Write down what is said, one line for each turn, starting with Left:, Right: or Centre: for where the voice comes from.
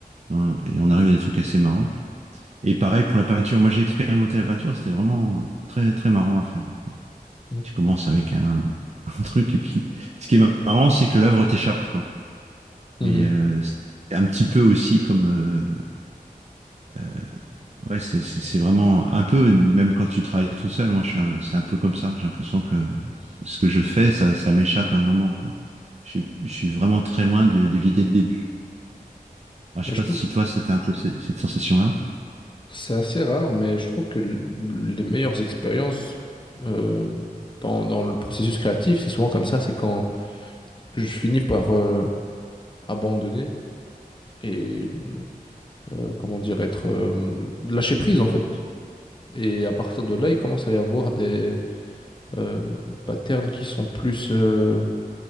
Right: Et on et on arrive à des trucs assez marrants. Et pareil pour la peinture. Moi j'ai expérimenté la peinture, c'était vraiment très, très marrant à faire.
Left: Mhm.
Right: Tu commences avec un, <laughs> un truc et puis, ce qui est marrant, c'est que l'œuvre t'échappe, quoi.
Left: Mhm.
Right: Mais euh, c'est un petit peu aussi comme... euh, euh, ouais, c'est c'est- c'est vraiment un peu, même quand tu travailles tout seul, moi, je suis un- c'est un peu comme ça. J'ai l'impression que ce que je fais, ça, ça m'échappe à un moment, quoi. Je, suis je suis vraiment très loin de, de l'idée de début. Alors, je
Left: Mais
Right: sais pas
Left: je,
Right: si toi, c'était un peu ce- cette sensation-là.
Left: C'est assez rare, mais je trouve que l- les meilleures expériences euh, dans, dans le processus créatif, c'est souvent comme ça, c'est quand je finis par euh, abandonner et, euh, comment dire, être euh, lâcher prise en fait. Et à partir de là, il commence à y avoir des euh, patterns qui sont plus, euh,